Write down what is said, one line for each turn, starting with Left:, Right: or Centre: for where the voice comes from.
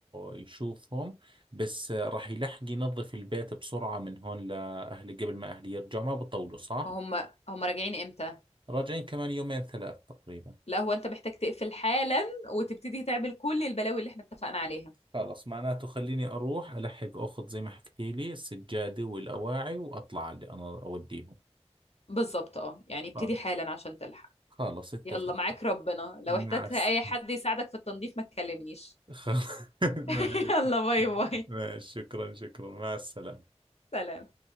Right: يشوفهم بس راح يلحق ينظف البيت بسرعة من هون لأهلي قبل ما أهلي يرجعوا ما بطولوا صح؟
Left: هم هم راجعين امتى
Right: راجعين كمان يومين ثلاث تقريبا
Left: لا هو انت محتاج تقفل حالا وتبتدي تعمل كل البلاوي اللي احنا اتفقنا عليها
Right: خلص معناته خليني أروح ألحق أخذ زي ما حكيتي لي السجادة والأواعي وأطلع على اللي أنا أوديهم
Left: بالظبط اه يعني
Right: خلص
Left: ابتدي حالا عشان تلحق
Right: خلص اتفق
Left: يلا معاك ربنا لو
Right: مع
Left: احتجت
Right: الس-
Left: اي حد يساعدك في التنظيف ما تكلمنيش
Right: <laughs> خ- <laughs> ماشي
Left: <laughs> يلا باي باي
Right: ماشي، شكرا شكرا مع السلامة
Left: سلام